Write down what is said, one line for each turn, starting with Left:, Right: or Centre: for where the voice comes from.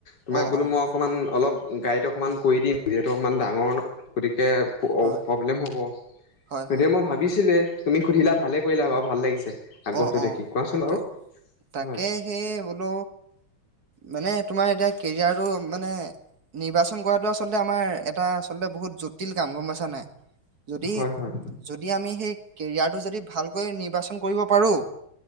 Left: তোমাক
Right: অ',
Left: বোলো
Right: অ',
Left: মই অকণমান অলপ গাড়ীটো অকণমান কৰি দিম, যিহেতু অকণমান ডাঙৰ গতিকে। সেই,
Right: হয়
Left: প্ৰব্লেম
Right: হয়
Left: হ'ব।
Right: হয়
Left: তেতিয়া,
Right: হয়
Left: মই ভাবিছিলো তুমি সুধিলা, ভালে কৰিলা, বাৰ ভাল লাগিছে। আগ্ৰহটো
Right: অ, অ,
Left: দেখি কোৱাচোন বাৰু
Right: তাক, তাকে
Left: হয়
Right: সেই, বোলো মানে তোমাৰ এতিয়া কেৰিয়াৰটো, মানে নিৰ্বাচন কৰাতটো আচলতে, আমাৰ এটা আচলতে বহুত জটিল কাম গম পাইছা নাই। যদি,
Left: হয় হয়
Right: যদি, আমি সেই কেৰিয়াৰটো যদি, ভালকৈ নিৰ্বাচন কৰিব পাৰোঁ।